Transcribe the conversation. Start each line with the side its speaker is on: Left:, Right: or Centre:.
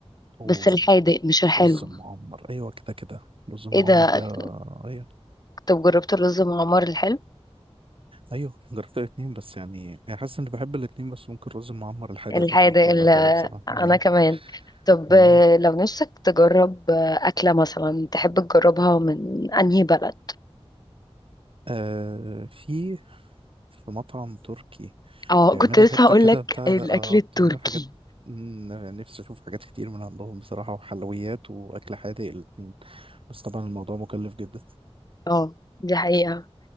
Right: اوه
Left: بس الحادق مش الحلو
Right: رز المعمر ايوه كده كده رز المعمر
Left: ايه ده
Right: ده ايوه
Left: طب جربت الرز المعمر الحلو
Right: ايوه جربت الاتنين بس يعني يعني حاسس اني بحب الاتنين بس ممكن الرز المعمر الحادق
Left: الحادق
Right: باكله اكتر
Left: ال-
Right: من الحلو بصراحه
Left: انا
Right: آه.
Left: كمان طب
Right: مم.
Left: آه، لو نفسك تجرب آه، اكله مثلا تحب تجربها من انهي بلد
Right: آه في في مطعم تركي
Left: اه
Right: بيعملوا
Left: كنت لسه
Right: حته
Left: هقول
Right: كده
Left: لك
Right: بتاع
Left: الاكل
Right: ده اه
Left: التركي
Right: بيعملوا حاجات مم، يعني نفسي اشوف حاجات كتير من عندهم بصراحه وحلويات واكل حادق الاتنين بس طبعا الموضوع مكلف جدا
Left: اه دي حقيقه